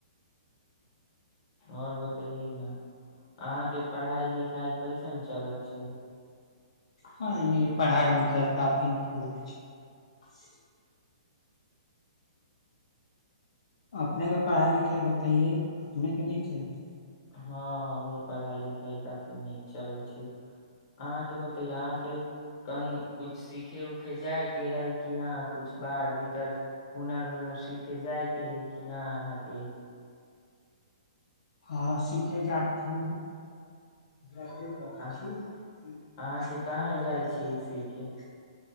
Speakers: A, on the left (about 40°); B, on the left (about 75°).
A: आओर बतैयै न अहाँके पढ़ाइ लिखाइ कैसन चलैत छै
B: हँ एनी पढ़ाइ लिखाइ काफी नीक लगै छै अपनेके पढ़ाइ लिखाइ बतैयै अपनेके नीक चलै छै
A: हँ हमरो पढ़ाई लिखाई काफी नीक चलै छै अहाँके बतेयौ अहाँके कही कुछ सीखे उखे जाय के हइ कि न कुछ बार भीतर हुनर उनर सिखे जाय के हइ कि न अहाँके
B: हँ सिखे जाथि हम जनै
A: आ-
B: छी इंजिनियरिंग
A: अहाँ के कहाँ जाइ
B: करै छी
A: सीखे